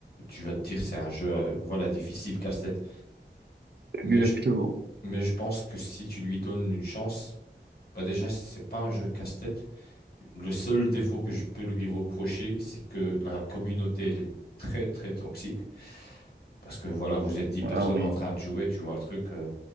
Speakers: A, on the left (about 60°); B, on the right (about 70°).
A: tu vas te dire c'est un jeu, euh, voilà, difficile, casse-tête. Mais
B: Exactement.
A: je, mais je pense que si tu lui donnes une chance, bah déjà, c'est pas un jeu casse-tête. Le seul défaut que je peux lui reprocher, c'est que la communauté, elle est très, très toxique. Parce que voilà, vous êtes dix
B: Ah
A: personnes
B: oui,
A: en train de jouer, tu vois le truc. euh,